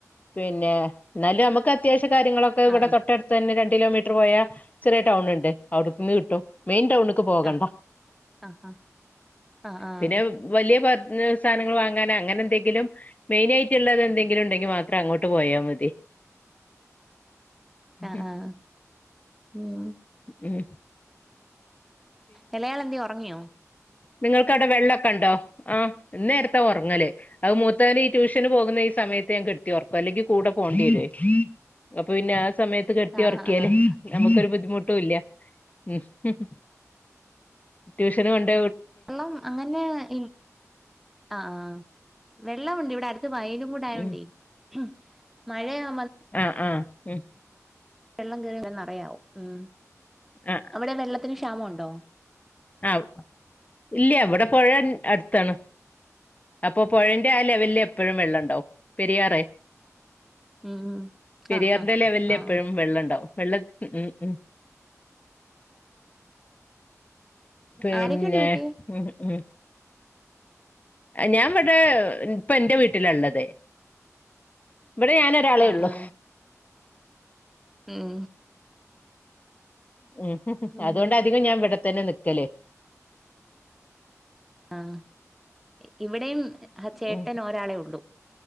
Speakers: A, on the left; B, in the centre.
A: പിന്നെ ഇന്നാലും നമുക്ക് അത്യാവശ്യ കാര്യങ്ങളൊക്കെ ഇവിടെ
B: ആഹ്
A: തൊട്ടടു തന്നെ രണ്ട് കിലോമീറ്റർ പോയാ ചെറിയ ടൗണണ്ട് അവിടുന്ന് കിട്ടും മെയിൻ ടൗണക്ക് പോകണ്ട
B: ആഹ് ആഹ് ആഹ് ആഹ്
A: പിന്നെ വലിയ പാ സാനങ്ങൾ വാങ്ങാന അങ്ങനെ എന്തെങ്കിലും മെയിൻ ആയിട്ടുള്ളത് എന്തെങ്കിലും ഉണ്ടെങ്കി മാത്രം അങ്ങോട്ട് പോയാ മതി
B: അഹ്
A: ഉം
B: ആഹ് ഉം
A: ഉം
B: എളെ ആളെന്തിയേ ഉറങ്ങിയോ
A: നിങ്ങൾക്കടെ വെള്ളൊക്കെ ഉണ്ടോ ആഹ് ഇന്നേരത്ത ഒറങ്ങല് അത് മൂത്തവന് ഈ ട്യൂഷന് പോകുന്ന ഈ സമയത്ത് ഞാൻ കെടുത്തി ഉറക്കും അല്ലെങ്കി കൂടെ പോണ്ടി വരൂ അപ്പൊ പിന്നെ ആഹ് സമയത്ത് കെടത്തി
B: ആഹ്
A: ഒറക്കിയാല്
B: ആഹ് ആഹ്
A: നമ്മുക്കരു ബുദ്ധിമുട്ടുംല്ല <unintelligible> ട്യൂഷന് പോണ്ട്
B: ള്ളം അങ്ങന്നെഇൽ ആഹ് ആഹ് വെള്ളമുണ്ട് ഇവിടെ അടുത്ത് വയലും കൂടെ ആയോണ്ടേ
A: ഉം
B: ഉം മഴയാ
A: ആഹ് ആഹ് ഉം
B: വെള്ളം കേറി നറയാവോ ഉം
A: അഹ്
B: അവിടെ വെള്ളത്തിന് ക്ഷാമുണ്ടോ
A: ആഹ് ഇല്ല ഇവിടെ പുഴ അടുത്താണ് അപ്പൊ പുഴന്റെ ആഹ് ലെവല്ല് എപ്പോഴും വെള്ളം ഉണ്ടാവും പെരിയാറെ
B: ഉം ഉം
A: പെരിയാറിന്റെ
B: ആഹ് ആഹ്
A: ലെവലിൽ
B: ആഹ്
A: എപ്പോഴും വെള്ളണ്ടാവും വെള്ളം ഉം ഉം പിന്നെ
B: ആരൊക്കെയുണ്ട് വീട്ടിൽ
A: <unintelligible> ഞാൻ ഇവിടെ ഇപ്പ എന്റെ വീട്ടിലാള്ളത് ഇവിടെ ഞാൻ ആളേള്ളു
B: ആഹ് ആഹ് ഉം
A: ഉം
B: ഉം
A: അതുകൊണ്ട് അധികം ഞാൻ ഇവിടെ തന്നെ നിക്കല്
B: ആഹ് ഇവിടെയും അഹ് ചേട്ടൻ
A: ഉം
B: ഒരാളെ ഉള്ളൂ